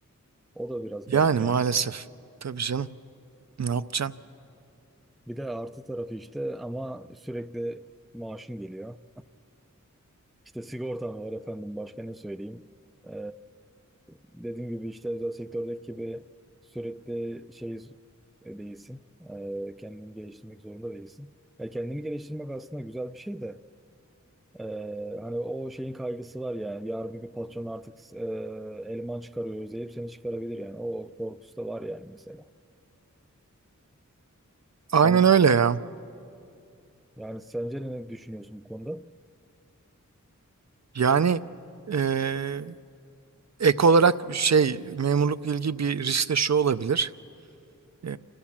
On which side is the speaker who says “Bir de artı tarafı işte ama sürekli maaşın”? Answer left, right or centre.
Centre